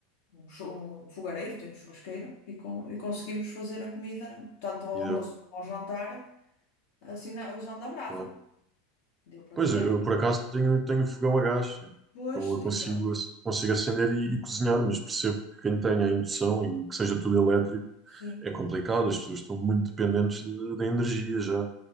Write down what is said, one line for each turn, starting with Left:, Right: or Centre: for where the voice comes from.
Left: um, chu- um fogareiro, tenho churrasqueira e, con- e conseguimos fazer a comida, tanto ao
Right: E
Left: almoço
Right: deu,
Left: como ao jantar, assim na- usando a brasa.
Right: claro.
Left: Deu para
Right: Pois,
Left: comer,
Right: eu
Left: mas...
Right: por acaso tenho, tenho fogão a gás, então
Left: Pois,
Right: eu consigo,
Left: exato,
Right: ac- consigo acender e, e cozinhar, mas percebo que quem tenha a indução e que seja tudo elétrico
Left: sim.
Right: é complicado, as pessoas estão muito dependentes de- da energia já,